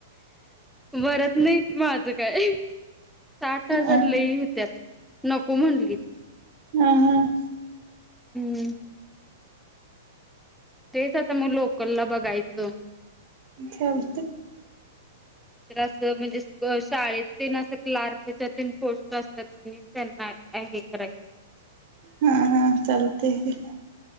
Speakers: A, in the centre; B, on the right (about 45°).
A: भरत नाहीत माझं काय साठ हजार
B: हा
A: लई होतत. नको म्हटली.
B: हम् हम्,
A: हम्म, तेच आता मग लोकल ला बघायचं.
B: चालतंय.
A: असं म्हणजे शाळेत त असं क्लार्कच्या त पोस्ट असतात की, त्यांना अ हे करायचं.
B: हा हा, चालते की.